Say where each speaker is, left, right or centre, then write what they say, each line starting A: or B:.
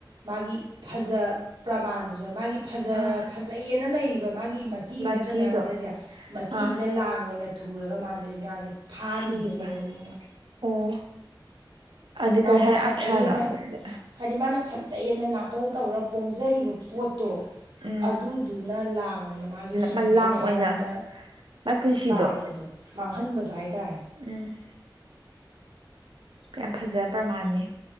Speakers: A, on the right; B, on the right.
A: ꯃꯥꯒꯤ ꯐꯖ ꯄ꯭ꯔꯃꯥꯟ ꯑꯗꯨꯗ ꯃꯥꯒꯤ ꯐꯖ
B: ꯑꯥ
A: ꯐꯖꯩꯑꯅ ꯂꯩꯔꯤꯕ ꯃꯥꯒꯤ ꯃꯆꯤ
B: ꯃꯆꯤꯗꯣ
A: ꯅꯠꯇ꯭ꯔ ꯃꯌꯥꯝ ꯉꯥꯎꯅꯩꯁꯦ ꯃꯆꯤꯁꯤꯅ
B: ꯑꯥ
A: ꯂꯥꯡ ꯑꯣꯏꯅ ꯊꯨꯔꯒ ꯃꯥꯁꯦꯁ ꯐꯥꯍꯟꯗꯣꯏꯅꯦꯕ
B: ꯁꯤꯕ
A: ꯃꯤꯅ
B: ꯑꯣ ꯑꯗꯨ
A: ꯃꯥꯅ
B: ꯀꯩ ꯍꯥꯏ
A: ꯐꯖꯩꯌꯦꯅ
B: ꯑꯥꯊ꯭ꯔꯅꯣ ꯑꯗꯨꯗꯤ
A: ꯍꯥꯏꯗꯤ ꯃꯥꯅ ꯐꯖꯍꯦꯅ ꯅꯥꯄꯜ ꯇꯧꯔ ꯄꯣꯡꯖꯔꯤꯕ ꯄꯣꯠꯇꯣ
B: ꯎꯝ
A: ꯑꯗꯨꯗꯨꯅ ꯂꯥꯡ ꯑꯣꯏꯅ ꯃꯥꯒꯤ ꯁꯤꯕꯩ
B: ꯃꯂꯥꯡ
A: ꯀꯌꯥꯠꯇ
B: ꯑꯣꯏꯅ ꯃꯥꯏ ꯄꯨꯟꯁꯤꯗꯣ
A: ꯇꯥꯕꯗꯣ ꯃꯥꯡꯍꯟꯕꯗꯣ ꯍꯥꯏ ꯇꯔꯦ
B: ꯎꯝ ꯌꯥꯝ ꯐꯖ ꯄ꯭ꯔꯃꯥꯟꯅꯤ